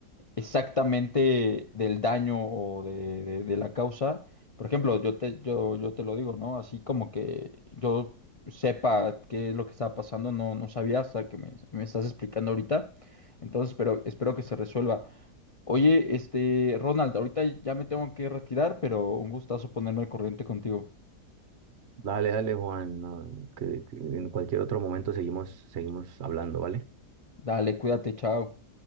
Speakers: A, on the left (about 55°); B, on the right (about 50°).
A: exactamente del daño o de, de- de la causa. Por ejemplo, yo te, yo, yo te lo digo, ¿no? Así como que yo sepa qué es lo que estaba pasando, no, no sabía hasta que me, me estás explicando ahorita. Entonces, pero espero que se resuelva. Oye, este, Ronald, ahorita ya me tengo que retirar, pero un gustazo ponerme al corriente contigo.
B: Dale, dale, Juan, no, que, que en cualquier otro momento seguimos, seguimos hablando, ¿vale?
A: Dale, cuídate, chao.